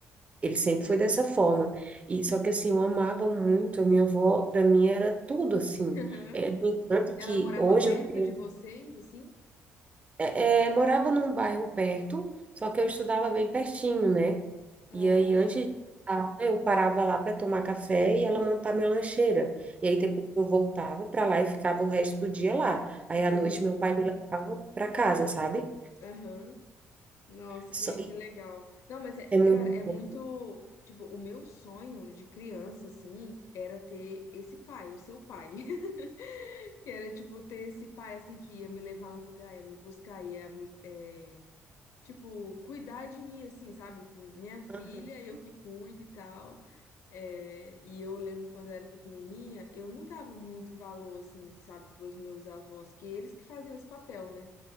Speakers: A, on the right (about 25°); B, on the left (about 75°).
A: Ele sempre foi dessa forma. E só que assim, eu amava muito a minha avó, para mim era tudo assim.
B: Aham.
A: É, no entanto
B: Ela
A: que
B: morava
A: hoje
B: perto
A: eu tenho-
B: de vocês, assim?
A: é, é, morava num bairro perto, só que eu estudava bem pertinho, né?
B: Ah,
A: E aí
B: tá.
A: antes de aula, eu parava lá para tomar café e ela montar minha lancheira. E aí depois eu voltava para lá e ficava o resto do dia lá. Aí
B: Entendi.
A: à noite meu pai me levava para casa, sabe?
B: Aham. Nossa,
A: Só-
B: que, que legal. Não, mas, é,
A: É muito
B: cara, é
A: bom.
B: muito. Tipo, o meu sonho de criança, assim, era ter esse pai, o seu pai. <laughs> Que era, tipo, ter esse pai, assim, que ia me levar no lugar, ia me buscar, ia me, é, tipo, cuidar de mim, assim, sabe? Minha filha,
A: Aham.
B: eu que cuido e tal. É, e eu lembro quando eu era pequenininha, eu não dava muito valor, assim, sabe, para os meus avós, que eles que faziam esse papel, né?